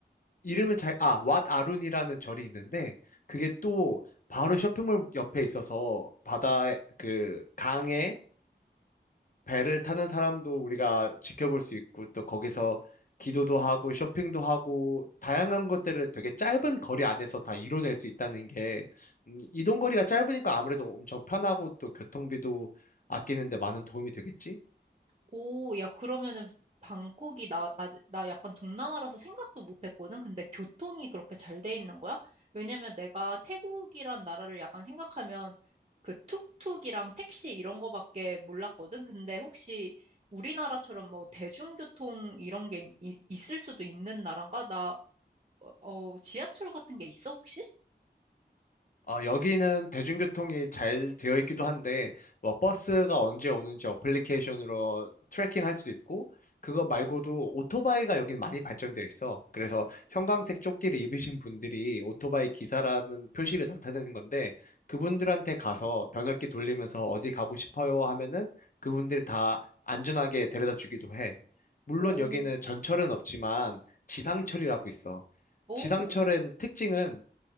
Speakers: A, on the left (about 50°); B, on the right (about 35°).
A: 이름은 잘, 아, 왓 아룬이라는 절이 있는데 그게 또 바로 쇼핑몰 옆에 있어서 바다에 그 강에 배를 타는 사람도 우리가 지켜볼 수 있고, 또 거기서 기도도 하고, 쇼핑도 하고, 다양한 것들을 되게 짧은 거리 안에서 다 이뤄낼 수 있다는 게, 음, 이동 거리가 짧으니까 아무래도 엄청 편하고, 또 교통비도 아끼는데 많은 도움이 되겠지?
B: 오, 야, 그러면은 방콕이 나, 아, 나 약간 동남아라서 생각도 못 했거든? 근데 교통이 그렇게 잘 돼 있는 거야? 왜냐면 내가 태국이란 나라를 약간 생각하면 그 툭툭이랑 택시 이런 거밖에 몰랐거든? 근데 혹시 우리나라처럼 뭐 대중교통 이런 게 이- 있을 수도 있는 나라인가? 나 어, 어, 지하철 같은 게 있어, 혹시?
A: 어, 여기는 대중교통이 잘 되어 있기도 한데, 뭐, 버스가 언제 오는지 어플리케이션으로 트래킹 할 수 있고, 그거 말고도 오토바이가 여기는 많이 발전되어 있어. 그래서 형광색 조끼를 입으신 분들이 오토바이 기사라는 표시를 나타내는 건데, 그분들한테 가서 변압기 돌리면서 어디 가고 싶어요 하면은 그분들 다 안전하게 데려다 주기도 해. 물론
B: 오,
A: 여기는 전철은 없지만 지상철이라고 있어.
B: 오,
A: 지상철은 특징은